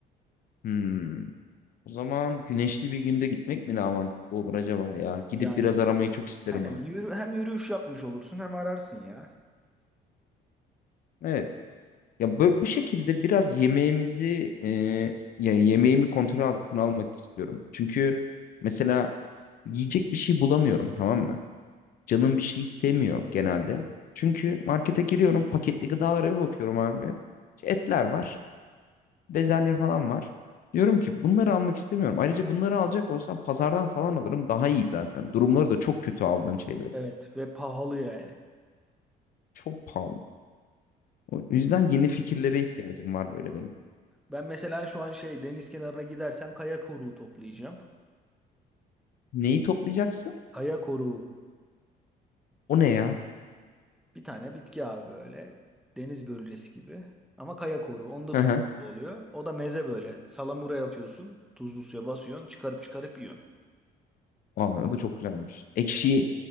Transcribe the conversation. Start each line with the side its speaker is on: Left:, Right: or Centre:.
Left: Hmm. O zaman güneşli bir günde gitmek mi daha mantıklı olur acaba ya? Gidip
Centre: Yani
Left: biraz aramayı çok isterim
Centre: aynen
Left: ha.
Centre: yürü, hem yürüyüş yapmış olursun hem ararsın ya.
Left: Evet. Ya bö- bu şekilde biraz yemeğimizi e, ya yemeğimi kontrol altına almak istiyorum. Çünkü mesela yiyecek bir şey bulamıyorum tamam mı? Canım bir şey istemiyor genelde. Çünkü markete giriyorum paketli gıdalara bir bakıyorum abi. İşte etler var, bezelye falan var. Diyorum ki bunları almak istemiyorum. Ayrıca bunları alacak olsam pazardan falan alırım daha iyi zaten. Durumları da çok kötü aldığım şeyler.
Centre: Evet ve pahalı yani.
Left: Çok pahalı. O yüzden yeni fikirlere ihtiyacım var böyle benim.
Centre: Ben mesela şu an şey deniz kenarına gidersem kaya koruğu toplayacağım.
Left: Neyi toplayacaksın?
Centre: Kaya koruğu.
Left: O ne ya?
Centre: Bir tane bitki abi böyle. Deniz börülcesi gibi. Ama kaya koru. Onda
Left: <laughs>
Centre: turşu oluyor. O da meze böyle. Salamura yapıyorsun. Tuzlu suya basıyorsun. Çıkarıp çıkarıp yiyorsun.
Left: Vallahi o da çok güzelmiş. Ekşiyi
Centre: Yani